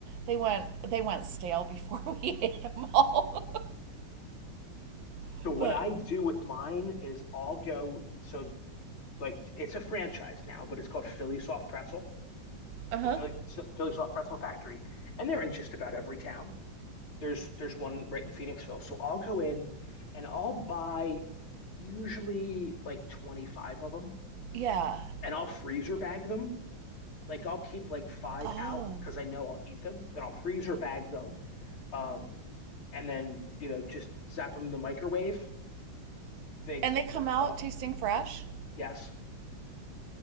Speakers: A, on the right; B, on the left.
A: they went they went stale before we <laughs> ate them all <laughs>
B: But what
A: but
B: I do with mine is I'll go so like it's a franchise now, but it's called Philly Soft Pretzel,
A: uh-huh
B: the Philly Philly Soft Pretzel Factory, and they're in just about every town. There's there's one right in Phoenixville. So I'll go in and I'll buy usually like 25 of them
A: yeah
B: and I'll freezer bag them. Like I'll keep like five
A: oh
B: out because I know I'll eat them. Then I'll freezer bag them. Um, and then, you know, just zap them in the microwave They,
A: and they come out
B: oh,
A: tasting fresh
B: yes.